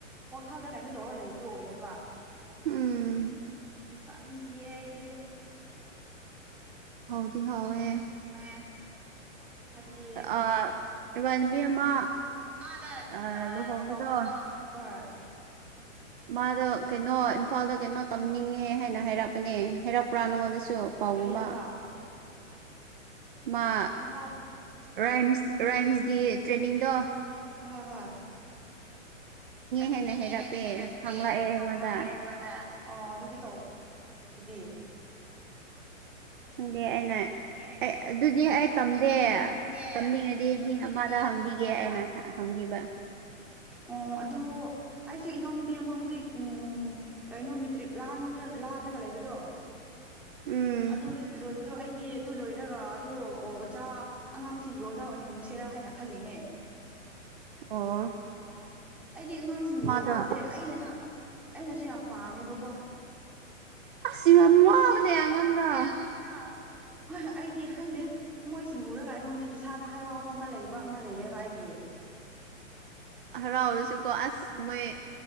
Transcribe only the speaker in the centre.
ꯋꯥꯈꯜꯗ ꯀꯩꯅꯣ ꯇꯧꯔꯒ ꯂꯩꯕ ꯑꯗꯨ ꯑꯣꯏꯌꯦꯕ
ꯑ ꯆꯥꯅꯤꯡꯈꯤꯌꯦꯦ ꯑꯩꯗꯤꯗꯨ
ꯍ ꯍꯥꯏꯕꯗꯤ
ꯑꯥꯗ
ꯂꯨꯍꯣꯡꯒꯗꯣ ꯍꯣꯏ
ꯑꯣ
ꯏꯝꯐꯥꯜ
ꯀꯔꯤ ꯍꯥꯏꯕ
ꯏꯝꯐꯥꯜ
ꯊꯥ ꯇꯝꯅꯤꯡꯉꯦ
ꯍꯦꯟꯅ ꯍꯥꯏꯩꯔꯛꯄꯦ
ꯍꯪꯂꯛꯑꯦ ꯑꯩꯉꯣꯟꯗ ꯑ ꯑꯗꯨꯗꯤ ꯇꯧꯕ ꯑꯗꯨꯗꯤ
ꯑꯩꯅ
ꯑꯗꯨꯗꯤ ꯑꯩ ꯇꯝꯗꯦ
ꯇꯝꯅꯤꯡꯉꯗꯤ
ꯃꯤ ꯑꯃꯗ
ꯑꯣ ꯑꯗꯨ ꯍꯧꯖꯤꯛ ꯏꯅꯥꯎꯅꯨꯄꯤ ꯑꯃ ꯍꯧꯖꯤꯛ ꯎ ꯀꯩꯅꯣ ꯃꯦꯇ꯭ꯔꯤꯛ ꯂꯥꯜꯂꯒ ꯂꯩꯕꯗꯣ
ꯑꯗꯨ ꯂꯣꯏꯕꯗꯣ ꯑꯩꯗꯤ ꯑꯗꯨ ꯂꯣꯏꯔꯒ ꯑꯗꯨ ꯑꯣꯖꯥ ꯑꯉꯥꯡꯁꯤꯡꯒꯤ ꯑꯣꯖꯥ ꯑꯣꯏꯍꯟꯁꯦꯔꯥ ꯍꯥꯏꯅ ꯈꯜꯂꯤꯅꯦ
ꯑꯣ ꯑꯩꯗꯤ ꯑꯉꯥꯡꯁꯤꯡꯒꯤ ꯑꯣꯖꯥꯁꯦ
ꯑꯩꯅ ꯑꯩꯅꯁꯨ ꯌꯥꯝ ꯄꯥꯅꯦꯕꯀꯣ
ꯑꯁꯤ ꯐ
ꯋꯥꯕꯅꯦꯉꯥꯡꯗ ꯍꯣꯏ ꯍꯣꯏ ꯑꯩꯗꯤ ꯈꯪꯗꯦ ꯃꯣꯏꯁꯤꯡ ꯎꯔꯒ ꯑꯩꯉꯣꯟꯗ ꯏꯁꯥꯗ ꯍꯔꯥꯎꯕ ꯑꯃ ꯂꯩꯕ ꯑꯃ ꯂꯩꯌꯦꯕ ꯑꯩꯒꯤ <unintelligible>